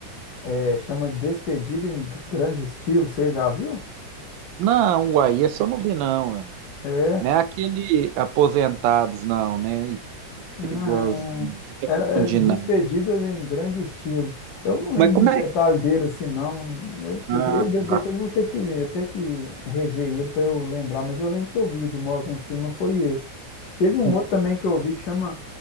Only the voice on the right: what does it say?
Não, uai, esse eu não vi não, ué.
Não é aquele Aposentados, não, né? E
perigosos, não. Você tá
confundindo,
não.
Mas como
é?
Ah,
tá.
Ah,